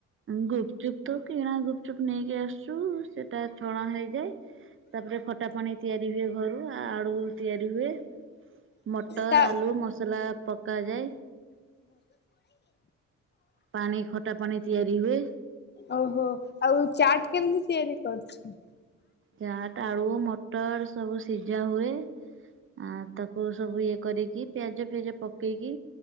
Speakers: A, on the right; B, on the left.
A: ଗୁପଚୁପ ତ କେଣ ଗୁପଚୁପ ନେଇ କି ଆସୁ ସେଟା ଛଣା ହେଇଯାଏ। ତାପରେ ଖଟା ପାଣି ତିଆରି ହୁଏ। ଘରୁ ଆ ଆ ଆ ତିଆରି ହୁଏ। ମଟର
B: ତା
A: ଆଳୁ ମସଲା ପକାଯାଏ। ପାଣି ଖଟା ପାଣି ତିଆରି ହୁଏ।
B: ଓହୋ ଆଉ ଚାଟ କେମିତି ତିଆରି କରୁଛୁ।
A: ଚାଟ ଆଳୁ ମଟର ସବୁ ସିଝା ହୁଏ। ଆ ତ ସବୁ ଇଏ କରିକି ପିଆଜ ଫିଆଜ ପକେଇକି